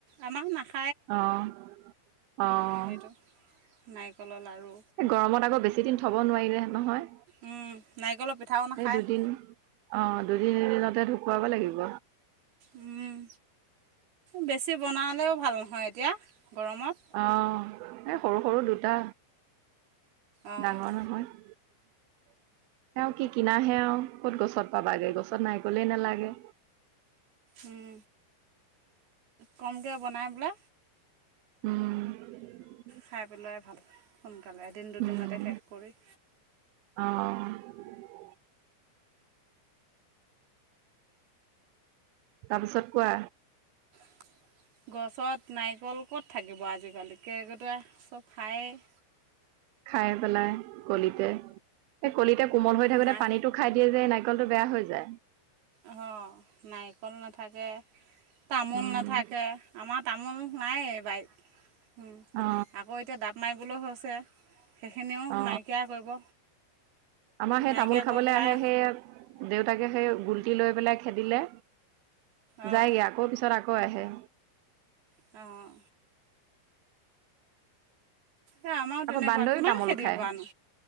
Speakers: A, on the right; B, on the right.
A: আমাক নাখ
B: অহ অহ।
A: সেইটো নাৰিকলৰ লাড়ু।
B: এ গৰমত আকৌ বেছি দিন থ'ব নোৱাৰিলেহে নহয়।
A: উম নাৰিকলৰ পিঠাও নাখায়।
B: এই দুদিন অ', দুদি-দুদিনতে ঢুকুৱাব লাগিব।
A: উম, বেছি বনালেও ভাল নহয় এতিয়া। গৰমত
B: অ', এ সৰু সৰু দুটা।
A: অঁ
B: ডাঙৰ নহয় আও কি কিনাহে আও ক'ত গছত। পাবাগে গছত নাৰিকলে নালাগে।
A: উম, কমকে বনাই বোলে।
B: উম।
A: খাই পেলোৱাই ভাল সোনকালে এদিন দুদিনতে
B: উম
A: শেষ কৰি।
B: অ'। তাৰপিছত কোৱা।
A: <inaudible> গছত নাৰিকল ক'ত থাকিব আজিকালি কেৰ্কেটুৱাই চব খায়েই।
B: খাই পেলাই, কলিতে সেই কলিতে কোমল হৈ থাকোতে
A: নাই
B: পানীতটো খাই দিয়ে যে এ নাক নাৰিকলটো বেয়া হৈ যায়।
A: অ', নাৰিকল নাথাকে। তামোল
B: উম
A: নাথাকে আমাৰ তামোল নাইয়ে বাৰীত। উম
B: অ
A: আকৌ এতিয়া ডাপ মাৰিবলৈ হৈছে। সেইখিনিও
B: অ
A: নাইকীয়া কৰিব।
B: আমাৰ সেই
A: নাইকিয়া
B: তামোল
A: কৰি
B: খাবলৈ
A: পেলাই
B: আহে সেই দেউতাকে সেই গুল্টি লৈ পেলাই খেদিলে
A: অঁ
B: যায়গৈ আকৌ পিছত আকৌ আহে।
A: অহ, এই আমাৰো তেনেকুৱা
B: আকৌ বান্দৰে
A: কিমান
B: তামোল
A: খেদিবানো
B: খায়